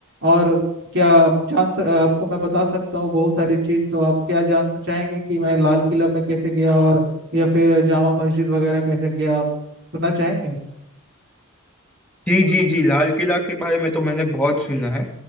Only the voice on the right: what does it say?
और क्या आप जान स- आपको मैं बता सकता हूँ बहुत सारी चीज़ तो आप क्या जानना चाहेंगे कि मैं लाल किला में कैसे गया और या फिर जामा मस्जिद वगैरह कैसे गया आप सुनना चाहेंगे